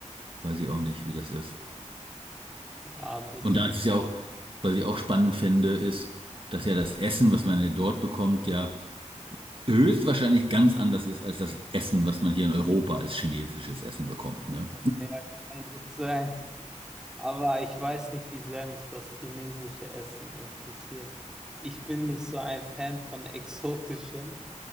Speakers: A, on the right; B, in the centre.
A: Weiß ich auch nicht, wie das ist.
B: Ja, das
A: Und da ist es ja auch, was ich auch spannend fände, ist, dass ja das Essen, was man ja dort bekommt, ja höchstwahrscheinlich ganz anders ist als das Essen, was man hier in Europa als chinesisches Essen bekommt, ne?
B: ja, kann gut sein. Aber ich weiß nicht, wie sehr mich das chinesische Essen interessiert. Ich bin nicht so ein Fan von exotischem,